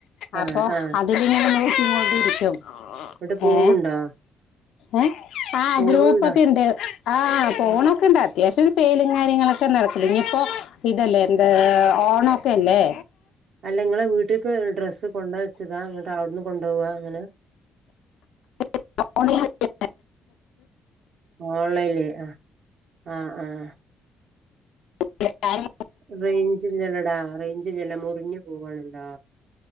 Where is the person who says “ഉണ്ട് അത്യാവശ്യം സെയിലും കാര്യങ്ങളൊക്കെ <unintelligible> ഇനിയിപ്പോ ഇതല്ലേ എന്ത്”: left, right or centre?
Left